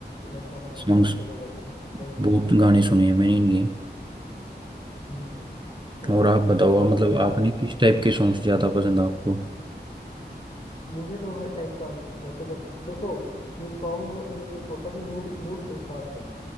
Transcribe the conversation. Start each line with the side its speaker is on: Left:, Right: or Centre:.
Left: लता मंगेशकर
Right: सॉन्ग्स
Left: तो जबरदस्त है सही
Right: बहुत
Left: बात
Right: गाने सुने हैं मैंने इनके
Left: हम्म हाँ,
Right: और आप बताओ
Left: बाकी
Right: आप मतलब
Left: यार
Right: आपने किस टाइप के सॉन्ग्स ज़्यादा पसंद है आपको
Left: मुझे तो हर टाइप का वैसे तो देखो सॉन्ग म्यूजिक होता कि मूड मूड के हिसाब से